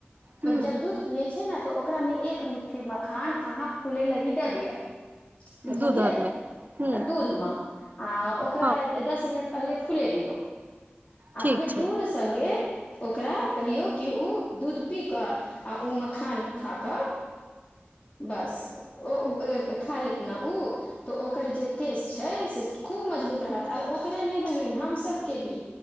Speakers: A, on the right; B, on the left.
A: ह
B: जब दूध पियै छै न तऽ ओकरामे एक मुठ्ठी मखान अहाँ फुलै लागी द दिअ बुझलियै
A: दूध आरमे
B: आ
A: ह
B: दूध मे आ ओकरा
A: हँ
B: दस मिनट पहिले फुले दिऔ आ
A: ठीक
B: फेर
A: छै
B: दूध सङ्गे ओकरा कहियौ कि उ दूध पी कऽ आ उ मखान खा कऽ बस ओ खा लेत न उ तऽ ओकर जे केस छै से खूब मजबूत रहत आ ओकरे नहि बहिन हमसभके भी